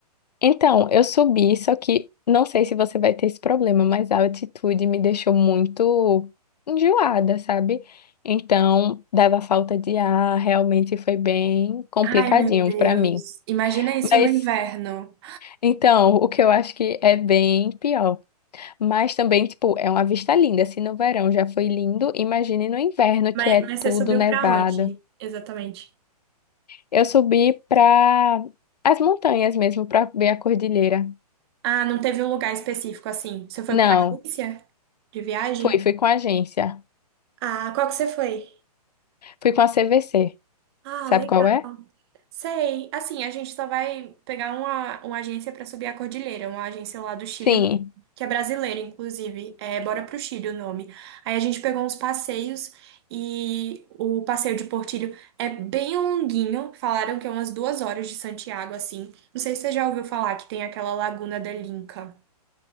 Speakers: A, on the left; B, on the right.
A: Então, eu subi, só que não sei se você vai ter esse problema, mas a altitude me deixou muito enjoada, sabe? Então, dava falta de ar, realmente foi bem complicadinho
B: Ai, meu Deus.
A: pra mim.
B: Imagina isso
A: Mas,
B: no inverno.
A: então, o que eu acho que é bem pior. Mas também, tipo, é uma vista linda. Se no verão já foi lindo, imagine no inverno
B: Mas,
A: que é
B: mas
A: tudo
B: você subiu
A: nevado.
B: pra onde, exatamente?
A: Eu subi para as montanhas mesmo, para ver a cordilheira.
B: Ah, não teve um lugar específico assim. Você foi
A: Não,
B: com a agência de viagem?
A: fui, fui com a agência.
B: Ah, qual que você foi?
A: Fui com a CVC.
B: Ah,
A: Sabe
B: legal.
A: qual é?
B: Sei. Assim, a gente só vai pegar uma, uma agência para subir a cordilheira, uma agência lá do Chile,
A: Sim.
B: que é brasileira, inclusive. É Bora pro Chile o nome. Aí a gente pegou uns passeios e o passeio de Portillo é bem longuinho. Falaram que é umas duas horas de Santiago, assim. Não sei se você já ouviu falar que tem aquela Laguna da Linca.